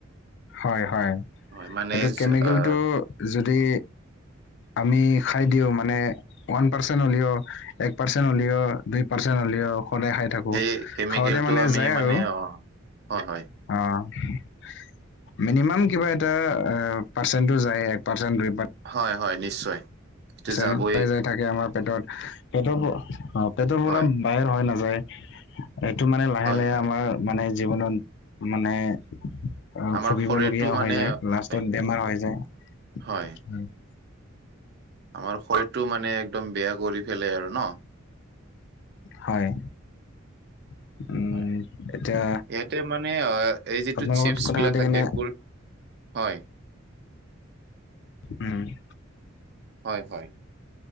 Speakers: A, on the left; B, on the right.
A: হয়-হয়।
B: হয় মানে
A: এইটো কেমিকেলটো
B: জ- আহ,
A: <unintelligible> যদি আমি খাই দিওঁ মানে <unintelligible> ওৱান পাৰ্চেণ্ট হ'লেও, এক পাৰ্চেন্ট হ'লেও, দুই পাৰ্চেন্ট হ'লেও সদায় খাই থাকো
B: সেই
A: <unintelligible>
B: কেমিকেলটো
A: <unintelligible> খাওঁতে মানে
B: আমি
A: যায়
B: মানে
A: আৰু।
B: অ হয় হয়
A: অঁ! মিনিমাম কিবা এটা এ পাৰ্চেন্টটো যায় এক পাৰ্চেন্ট, দুই <unintelligible>
B: হয়-হয, নিশ্চয়। <unintelligible>
A: পাৰ্চেন্ট
B: যাবই
A: পাই যাই থাকে আমাৰ। পেটত পেটৰ পৰা অ পেটৰ পৰা
B: হয়
A: বাহিৰ হয় নাযায়। <unintelligible> এইটো মানে লাহে-লাহে
B: হয় হয়
A: আমাৰ মানে জীৱনত মানে <inaudible> অ,
B: আমাৰ
A: ভুগিবলগীয়া
B: শৰীৰটো মানে
A: হৈ যায়।
B: হয়
A: লাষ্টত বেমাৰ হৈ যায়।
B: হয়
A: <inaudible>
B: আমাৰ শৰীৰটো মানে একদম বেয়া কৰি পেলাই আৰু ন? <unintelligible>
A: হয়। <inaudible>
B: হয়।
A: এতিয়া
B: ইয়াতে মানে এই যিটো
A: আপোনাৰ
B: চিপচবিলাক
A: লগত কথা পাতি
B: থাকে
A: কিনে
B: কোৰ <unintelligible> হয়। <inaudible>
A: উম। <inaudible>
B: হয়-হয়। <unintelligible>